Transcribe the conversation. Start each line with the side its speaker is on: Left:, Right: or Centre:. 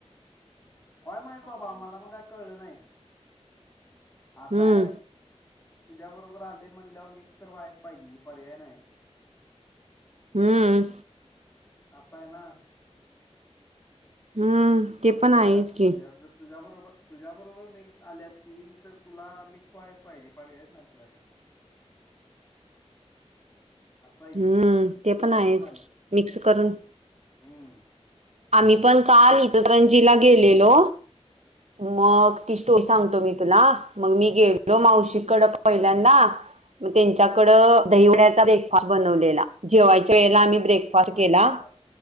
Left: काय माहीत बाबा मला पण काही कळलं नाही. आता.
Right: हम्म
Left: तुझ्या बरोबर आले म्हणल्यावर मिक्स तर व्हायच पाहिजे की. पर्याय नाही.
Right: हम्म.
Left: असाय ना.
Right: हम्म. ते पण
Left: अल
Right: आहेच
Left: काय लक्षात
Right: की
Left: तुझ्या. जर तुझ्याबरोबर. तुझ्या बरोबर मिक्स आल्यात ती. तर तुला मिक्स व्हायच पाहिजे, पर्यायच नाही तुझ्याकड. असं आहे
Right: हम्म
Left: ती
Right: ते
Left: त्याच्यामुळं
Right: पण आहेच मिक्स करून
Left: हमं.
Right: आम्ही पण काल इचलकरंजी ला गेलेलो. मग ती स्टोरी सांगतो मी तुला. मग मी गेलो मावशीकड पहिल्यांदा. मग त्यांच्याकड दहीवड्याचा ब्रेकफास्ट बनवलेला, जेवायच्या वेळेला आम्ही. ब्रेकफास्ट
Left: भाई
Right: केला
Left: साब